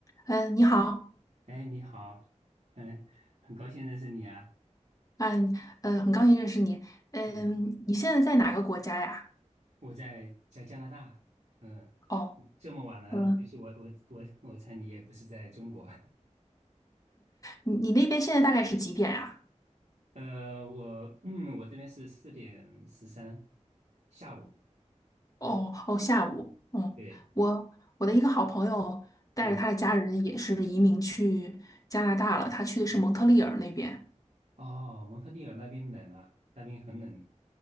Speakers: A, on the left (about 30°); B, on the right (about 70°).
A: 嗯，呃你好，
B: 哎，你好，嗯，很高兴认识你啊，
A: 嗯，呃，很高兴认识你。嗯，
B: 嗯，
A: 你现在在哪个国家呀？
B: 我在在加拿大，嗯，
A: 哦，
B: 这么晚了，
A: 嗯，
B: 就是我我我我猜你也不是在中国，
A: 你你那边现在大概是几点呀？
B: <laughs> 呃，我嗯，我这边是四点十三，下午，
A: 哦哦，下午。嗯，
B: 对，
A: 我我的一个好朋友带着他的家人也是移民去加拿大了，
B: 嗯
A: 他去的是蒙特利尔那边。
B: 嗯，哦，蒙特利尔那边冷啊，那边很冷，